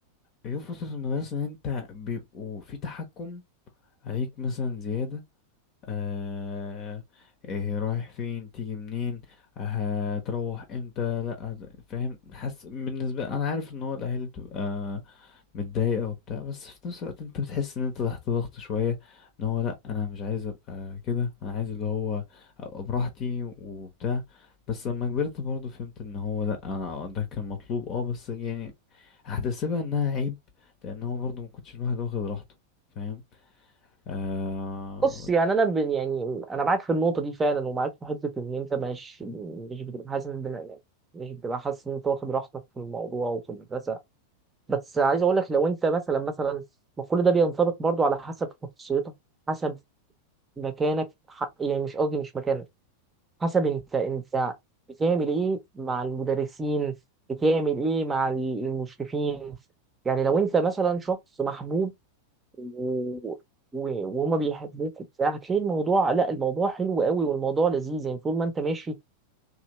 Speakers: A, on the left; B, on the right.
A: عيوب فترة المدرسة ان انت بيبقوا في تحكم عليك مثلا زيادة آه إيه رايح فين تيجي منين هتروح امتى لا هت- فاهم حاسس بالنسبه انا عارف ان هو الاهالي بتبقى متضايقه وبتاع بس في نفس الوقت انت بتحس ان انت تحت ضغط شويه ان هو لا انا مش عايز ابقى كده انا عايز اللي هو ابقى براحتي وبتاع بس لما كبرت برضه فهمت ان هو لا انا ده كان مطلوب اه بس يعني هحتسبها انها عيب لان هو برضه ما كنتش الواحد واخد راحته فاهم آه
B: بص يعني انا ب... يعني انا معاك في النقطه دي فعلا ومعاك في حته ان انت مش مش بتبقى حاسس بال- يعني مش بتبقى حاسس ان انت واخد راحتك في الموضوع وفي المدرسه بس عايز اقول لك لو انت مثلا مثلا ما كل ده بينطبق برضو على حسب شخصيتك حسب مكانك ح- يعني مش قصدي مش مكانك حسب انت انت بتعمل ايه مع المدرسين بتعمل ايه مع ال- المشرفين يعني لو انت مثلا شخص محبوب و... و... وهما بيحبوك وبتاع هتلاقي الموضوع لا الموضوع حلو قوي والموضوع لذيذ يعني طول ما انت ماشي